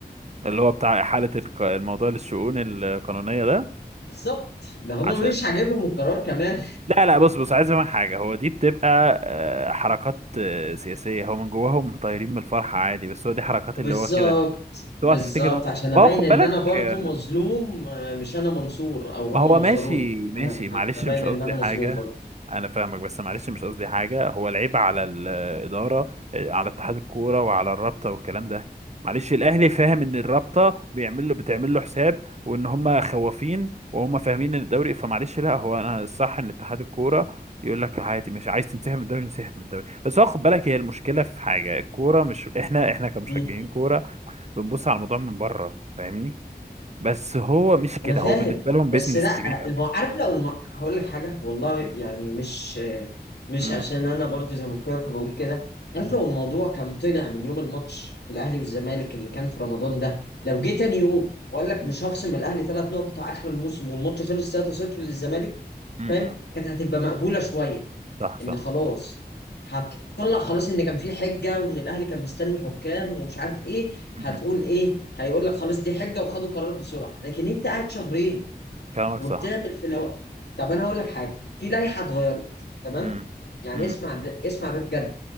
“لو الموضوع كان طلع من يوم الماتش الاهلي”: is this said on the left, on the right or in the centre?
Left